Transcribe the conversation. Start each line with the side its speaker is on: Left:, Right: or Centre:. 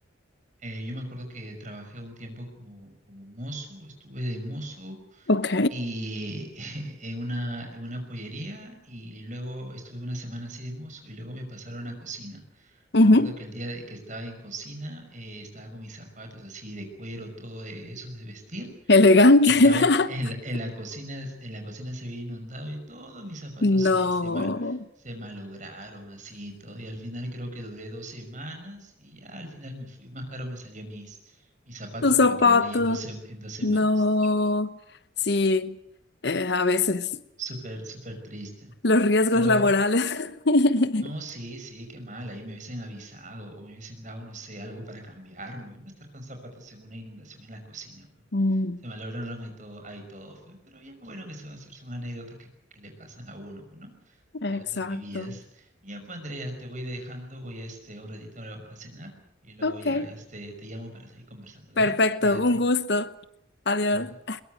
Right: Eh, yo me acuerdo que trabajé un tiempo como, como mozo, estuve de mozo
Left: Ok.
Right: y <laughs> en una, en una pollería y luego estuve una semana así de mozo y luego me pasaron a cocina.
Left: Ujú.
Right: Me acuerdo que el día de que estaba en cocina eh, estaba con mis zapatos así de cuero, todo de esos de vestir.
Left: Elegante.
Right: que estaba
Left: <laughs>
Right: en, en la en la cocina, en la cocina se había inundado y todos mis zapatos
Left: No.
Right: se, se, mal, se malograron así y todo. Y al final creo que duré dos semanas y ya al final me fui. Más caro me salió mis, mis zapatos
Left: Tu zapato.
Right: que lo que gané en dos, se- en dos semanas.
Left: No. Sí. eh, a veces
Right: Súper, súper triste.
Left: los riesgos
Right: Pero
Left: laborales. <laughs>
Right: No, sí, sí, qué mal, ahí me hubiesen avisado o me hubiesen dado, no sé, algo para cambiarme. No estar con zapatos en una inundación en la cocina, pues.
Left: Mm,
Right: Se malograron ahí todo, ahí todo, fue. Pero ya, bueno, que se va a hacer? Son anécdotas que, que le pasan a uno, pues, ¿no? Anécdotas
Left: exacto.
Right: vividas. Y ya, pues, Andrea, te voy dejando, voy a este, un ratito a cenar y luego
Left: Ok.
Right: ya, este, te llamo para seguir conversando. Dale,
Left: Perfecto,
Right: cuídate.
Left: un gusto. Adiós.
Right: Vale.